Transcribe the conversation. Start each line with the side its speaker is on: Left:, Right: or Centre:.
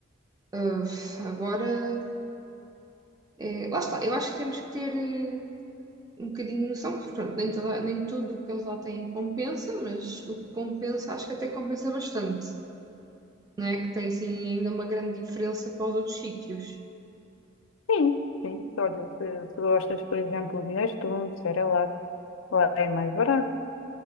Right: Ah, agora, é, lá está. Eu acho que temos que ter eh, um bocadinho de noção, porque pronto, nem, toda- nem tudo o que eles lá têm compensa, mas o que compensa, acho que até compensa bastante. Não é? Que tem assim ainda uma grande diferença para os outros sítios.
Left: Sim, sim. Olha, se, se gostas, por exemplo, de Nestum, de Cerelac, lá é mais barato.